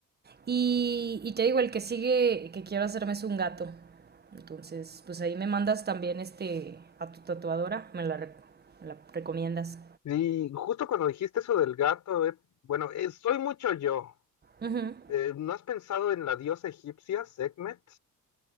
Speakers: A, on the right; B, on the left.
A: Y, y te digo, el que sigue que quiero hacerme es un gato. Entonces, pues ahí me mandas también este a tu tatuadora, me la, me la recomiendas.
B: Y justo cuando dijiste eso del gato, eh, bueno, eh, soy mucho yo.
A: Ujú.
B: Eh, ¿no has pensado en la diosa egipcia, Sekhmet?